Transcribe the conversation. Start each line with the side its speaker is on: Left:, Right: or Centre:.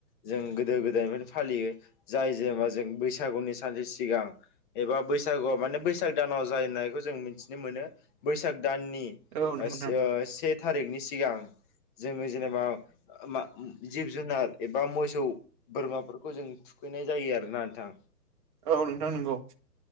Left: जों गोदो गोदायनिफ्रायनो फालियो जाय जेना जों बैसागुनि सानसे सिगां एबा बैसागुआव माने बैसाग दानाव जायो होननायखौ जों मिथि नो मोनो बैसाग दाननि
Right: औ नंगौ
Left: ओ
Right: नोंथां
Left: से थारिखनि सिगां जोङो जेनेबा मा जिब जुनार एबा मोसौ बोरमाफोरखौ जों थुखैनाय जायो आरो ना नोंथां
Right: औ नोंथां नंगौ